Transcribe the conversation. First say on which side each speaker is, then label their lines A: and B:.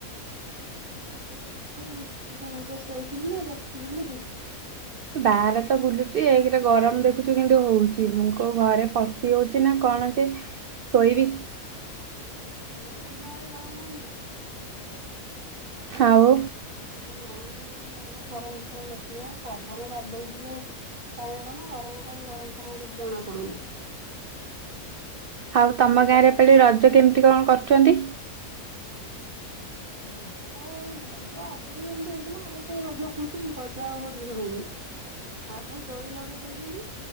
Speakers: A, on the right; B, on the right.
A: ହଉ ଏଇଆ କଥା ଆଉ। ତୁ କଣ ଏବେ ଶୋଇଥିଲୁ ନା ବସି ବୁଲୁଛୁ?
B: ବାହାରେ ତ ବୁଲୁଛି ଏକରେ ଗରମ ଦେଖୁଛୁ କେମିତି ହଉଛି। ମୁଁ କୋଉ ଘରେ ପଶି ହଉଛି ନା କଣ ଅଛି ଶୋଇବି?
A: ନାଁ ଆମ ଆଡ଼େ ଗରମ ହଉନି।
B: ଆଉ
A: ନା ଆମ ଆମ ଗରମ <unintelligible> ପବନ ବାଡଉଛି ଯେ କାହିଁରେ କଣ ଗରମ କାହିଁକି ଗରମ ଫରମ କିଛି ଜଣା ପଡୁନି।
B: ଆଉ ତମ
A: ଝାଳ
B: ଗାଁରେ
A: ତ
B: ଏ ପାଳି ରଜ କେମିତି କଣ କରୁଛନ୍ତି?
A: ରଜ ଆଉ ରଜ ଆଗରୁ ଯେମିତି ହଉଥିଲା ଆଉ କୋଉ ରଜ ହଉଛି କି ରଜା ଆଉ ଏମିତି ହଉନି। ଆଉ ଖାଲି ଦୋଳି ଲଗେଇ ଦଉଛନ୍ତି।